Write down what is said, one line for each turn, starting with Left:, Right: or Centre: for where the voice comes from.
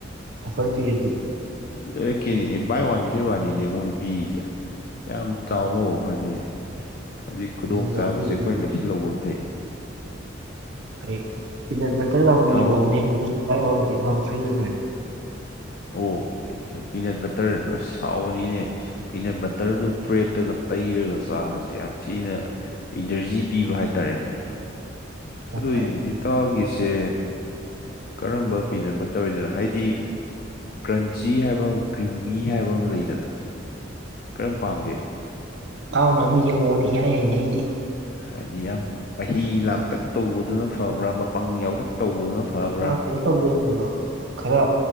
Right: ꯑꯣꯐꯔ ꯄꯤꯔꯗꯤ
Left: ꯂꯩꯔꯛꯀꯦꯅꯦ ꯕꯥꯏ ꯋꯥꯟ ꯒꯦꯠ ꯋꯥꯟꯅꯤꯅꯦ ꯃꯣꯏ ꯄꯤꯔꯤꯁꯦ ꯌꯥꯝ ꯆꯥꯎꯕ ꯑꯣꯐꯔꯅꯤꯅꯦ ꯍꯧꯖꯤꯛ ꯈꯨꯗꯣꯡ
Right: ꯑꯗꯨꯒ
Left: ꯆꯥꯕꯁꯦ
Right: ꯑꯇꯩꯗꯤ
Left: ꯑꯩꯈꯣꯏ ꯂꯩꯁꯤꯜꯍꯧꯕꯅ ꯐꯩ
Right: ꯍ ꯄꯤꯅꯠ ꯕꯇꯔꯒ ꯑꯃꯨꯛ
Left: ꯏꯇꯥꯎ
Right: ꯌꯦꯡꯉꯛꯎꯅꯦ ꯑꯗꯨꯁꯨ buy one get one free ꯂꯩꯕ
Left: ꯑꯣ ꯑꯩ ꯄꯤꯅꯠ ꯕꯇꯔ ꯁꯥꯎꯕꯅꯤꯅꯦ ꯄꯤꯅꯠ ꯕ ꯇꯔꯗꯨ ꯕ꯭ꯔꯦꯗꯠꯇꯒ ꯇꯩꯔꯒ ꯆꯥꯕꯁꯦ ꯌꯥꯝ ꯊꯤꯅ ꯏꯅꯔꯖꯤ ꯄꯤꯕ ꯍꯥꯏꯇꯥꯔꯦꯅꯦ
Right: ꯑꯁ
Left: ꯑꯗꯨ ꯏꯇꯥꯎꯒꯤꯁꯦ ꯀꯔꯝꯕ ꯄꯤꯅꯠ ꯕꯇꯔ ꯑꯣꯢꯗꯣꯢꯅꯣ ꯍꯥꯏꯗꯤ ꯀ꯭ꯔꯟꯆꯤ ꯍꯥꯏꯕ ꯑꯃ ꯀ꯭ꯔꯤꯝꯃꯤ ꯍꯥꯏꯕ ꯑꯃ ꯂꯩꯗꯅ ꯀꯔꯝ ꯄꯥꯝꯒꯦ
Right: ꯇꯥꯎꯅ ꯑꯃ ꯌꯦꯡꯉꯛꯑꯣꯅꯦ ꯏꯌꯥꯢ ꯌꯥꯏꯅꯦ ꯑꯩꯗꯤ
Left: ꯍꯥꯏꯗꯤ ꯌꯥꯝ ꯃꯍꯤ ꯂꯥꯡꯇꯛ ꯇꯧꯕꯗꯨꯅ ꯐꯕ꯭ꯔꯥ ꯃꯄꯪ ꯌꯥꯎꯔꯛ ꯇꯧꯕꯗꯨꯅ ꯐꯕ꯭ꯔꯥ
Right: ꯈꯔ ꯀꯩꯅꯣ ꯇꯧꯕꯗꯣ ꯑꯣꯢꯅꯂꯩꯔꯛꯑꯣ ꯈꯔ